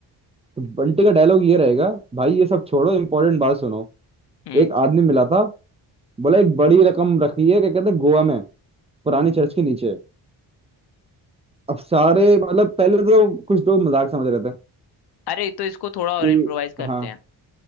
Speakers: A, on the right; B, on the left.
A: तो बंटी का डायलॉग ये रहेगा भाई ये सब छोड़ो इंपॉर्टेंट बात सुनो
B: हम्म
A: एक आदमी मिला था बोला एक बड़ी रकम रखी है क्या कहते हैं गोवा में पुरानी चर्च के नीचे अब सारे मतलब पहले तो कुछ लोग मजाक समझ रहे थे
B: अरे तो इसको थोड़ा और
A: कि
B: इम्प्रोवाइज करते
A: हाँ
B: हैं